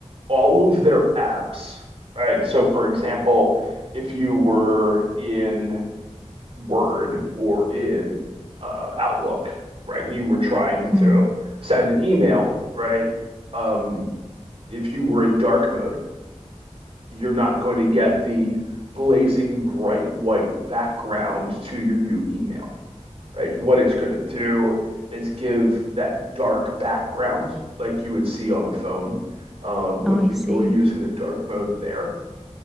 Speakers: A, on the right; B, in the centre.
A: all of their apps, right? So, for example, if you were in Word or in uh, Outlook, right, and you were trying
B: hmm
A: to send an email, right? Um, if you were in dark mode, you're not going to get the blazing bright white background to your new email, right? What it's going to do is give that dark background like you would see on a phone um, when
B: Oh, I
A: people
B: see.
A: are using the dark mode there.